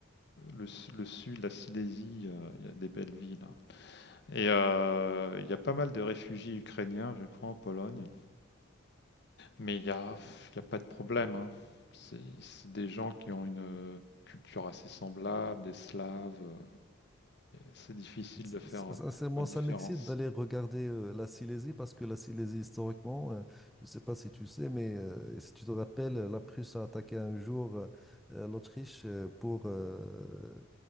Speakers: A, on the left; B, in the centre.
A: le, su- le sud, la Silésie, euh, il y a des belles villes. hein. Et euh, il y a pas mal de réfugiés ukrainiens, je crois, en Pologne. Mais il n'y a, il y a pas de problème. hein. C'est c'est des gens qui ont une culture assez semblable, des Slaves. euh, C'est difficile
B: S-
A: de faire
B: Sincèrement,
A: euh, la différence.
B: ça m'excite d'aller regarder euh, la Silésie parce que la Silésie, historiquement, euh, je ne sais pas si tu sais, mais euh, si tu te rappelles, la Prusse a attaqué un jour euh, euh, l'Autriche euh, pour euh,